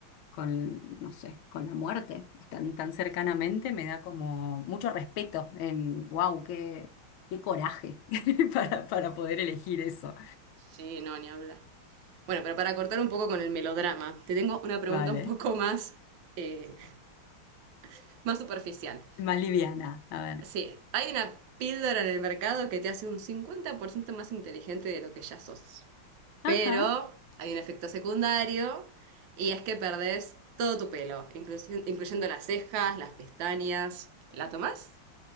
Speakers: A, on the left (about 75°); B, on the right (about 70°).
A: con, no sé, con la muerte, tan, tan cercanamente, me da como mucho respeto en, wow, qué, qué coraje <laughs> para, para poder elegir eso.
B: sí, no, ni hablar. Bueno, pero para cortar un poco con el melodrama, te tengo una pregunta
A: Vale,
B: un poco más, eh, <laughs> más superficial.
A: más liviana, a ver.
B: Sí, hay una píldora en el mercado que te hace un 50% más inteligente de lo que ya sos.
A: Ajá,
B: Pero hay un efecto secundario y es que perdés todo tu pelo, inclusi- incluyendo las cejas, las pestañas. ¿La tomás